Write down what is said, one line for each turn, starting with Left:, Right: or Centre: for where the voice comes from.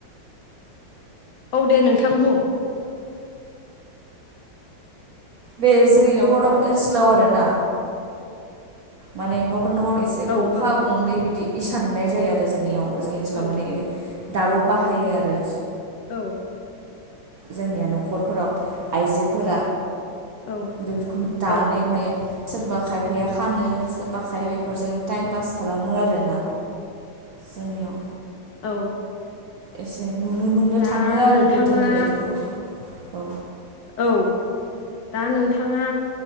Left: औ दे नोंथां बुं।
Right: बे जोंनि नखराव ओनसोलाव आरोना माने नखरनखर एसे
Left: औ
Right: गंफा
Left: औ
Right: गंनै बिदि इसा नुनाय जायो आरो जोंनियाव जोंनि ओनसोलाव
Left: औ
Right: माने दाबो बाहायो आरो।
Left: औ।
Right: जोंनिया न'खर। न'खरफोराव आइजो। फोरा
Left: औ
Right: बेफोरखौनो दानाय
Left: औ
Right: मे सोरबा खायफाया फानो सोरबा खाय बेफोरजों टाइम पास खालामो
Left: औ
Right: आरोना जोंनियाव
Left: औ।
Right: एसे नुनो मोननो
Left: दा
Right: थाङो आरो
Left: नोंथाङा
Right: गोदोनि बायदियाव। औ।
Left: औ दा नोंथाङा